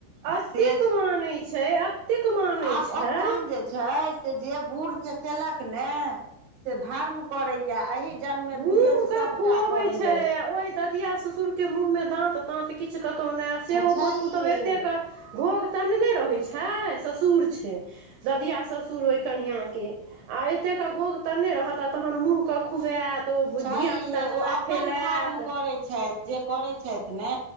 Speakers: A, on the right; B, on the right.
A: एतेक
B: से छै
A: मानैत छै एतेक मानै
B: आब
A: छै
B: ओखन जे छै से जे बूढ़ के केलक ने से धर्म करैया एहि
A: मुँह
B: बूझयौ जे सभटा
A: खुअबै
B: करैए
A: छै आ ओहि ददिया ससुर के मुँह मे दांत तांत किछु कतौ नहि आ से ओ
B: छै
A: पुतो
B: हे
A: तोह ओ तऽ एतेक भोग तनने रहैत छै ससुर छै दधआ ससुर अइ कनिआँके आ एतेकके गोग तऽ नहि रहत आ तखन मूँहकेँ खुआएत ओ
B: छैे
A: धियापुता
B: हे
A: जेना
B: ओ अपन
A: खेलाएत
B: धर्म करैत छथि जे करैत छथि ने